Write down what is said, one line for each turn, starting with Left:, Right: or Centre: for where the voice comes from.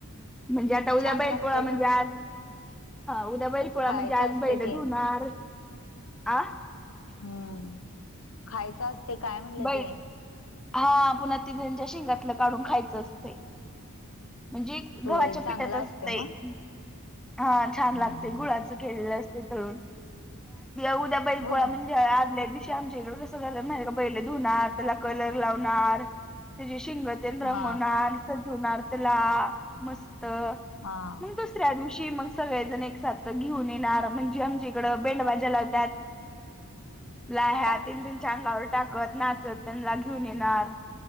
Centre: म्हणजे आता उद्या
Left: छान
Centre: बैल
Left: लागते
Centre: पोळा म्हणजे
Left: ग
Centre: आज उद्या बैलपोळा
Left: खायचं
Centre: म्हणजे त्या आज
Left: असते
Centre: बैल
Left: ते
Centre: धुणार आ
Left: हम्म खायचं असते काय म्हटलं
Centre: बैल
Left: ते?
Centre: हा ते पुन्हा त्यांच्या सिंगातलं काढून खायचं असतं. म्हणजे
Left: होय
Centre: गव्हाच्या पिठाचे
Left: चांगलं
Centre: असतं
Left: असते मग
Centre: हा छान
Left: हम्म
Centre: लागतोय
Left: हम्म
Centre: गुळाचं
Left: हम्म
Centre: केलेला असते तळून उद्या बैल पोळा
Left: होय
Centre: म्हणजे आदल्या दिवशी <unintelligible> कस जाल बैल धुणार त्याला कलर लावणार त्याची शिंग <unintelligible> तेन रंगवणार
Left: हा
Centre: सजवणार त्याला मस्त.
Left: हा.
Centre: मग दुसऱ्या दिवशी मग सगळेजण एक साथ घेऊन येणार म्हणजे आमच्या इकडं बेंडबाज्या लावतात. <inaudible> <unintelligible> ला ह्या
Left: काय
Centre: तेन त्यांच्या अंगावर टाकत नाचत त्यांना घेऊन येणार